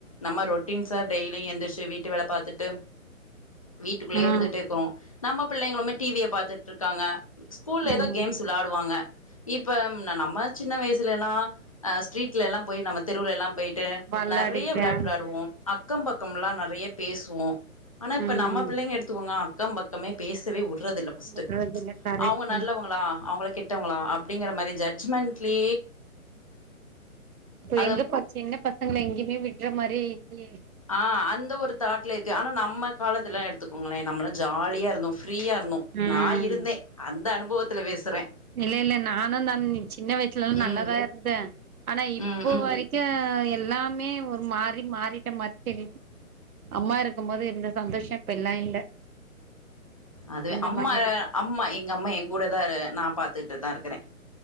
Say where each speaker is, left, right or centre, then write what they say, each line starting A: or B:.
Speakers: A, on the left; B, on the right.
A: நம்ம ரொட்டீன்ஸ டெய்லியு எந்திர்ஷு வீட்டு வேல பாத்துட்டு வீட்டுக்குள்ளே
B: ம்
A: இருந்துட்டே இருக்கோ நம்ம பிள்ளைங்களுமே டிவிய பாத்துட்ருக்காங்க ஸ்கூல்ல
B: ம்
A: ஏதோ கேம்ஸ் விளாடுவாங்க இப்பம் ந நம்மத் சின்ன வயசுலேலா அ ஸ்ட்ரீட்ல எல்லாம் போய் நம்ம தெருவுல எல்லாம் போய்ட் டு
B: பல்லாடிக்தா
A: நறையா விளையாட்டு விளாடுவோ அக்கம் பக்கம்லா நறைய பேசுவோ ஆனா இப்ப
B: ம்
A: நம்ம பிள்ளைங்க எடுத்துக்கோங்கா க்கம் பக்கமே பேசவே உட்றதில்ல பஸ்ட்டு
B: விட்றதில்ல கரெக்ட்
A: அவ்ங்க
B: தா
A: நல்லவங்களா அவ்ங்கள கெட் ட்டவங்களா அப்டிங்கிற மாரி ஜட்மெண்ட்லே
B: தே
A: அது
B: எங்கப்பா சின்ன பசங்கள எங்க்யுமே விட்ற மாரே இல்லியே
A: அ அந்த ஒரு தாட்ல இருக்கு ஆனா நம்ம காலத்துல எடுத்துக்கோங்களே நம்மல்லா ஜாலியா இருந்தோம் ஃப்ரீயா இருந்தோ
B: ம்
A: நா இருந்தே அந்த அனுபவத்துல பேசுறே
B: இல்ல இல்ல நானு தன் நி சின்ன வயசுலலா நல்லாதா
A: ம்
B: இருந்தே ஆனா இப்போ
A: ம் ம்
B: வரிக் க்ய எல்லாமே ஒரு மாறி மாறிட்ட மாற் தெரிது அம்மா இருக்கும்போது இருந்த சந்தோஷ இப்ப எல்லா இல்ல
A: அது
B: அந்த
A: அம்மா
B: மாரி
A: <unintelligible> அம்மா எங்கம்மா என் கூடதா இரு நா பாத்துட்டு தா இருக்குறே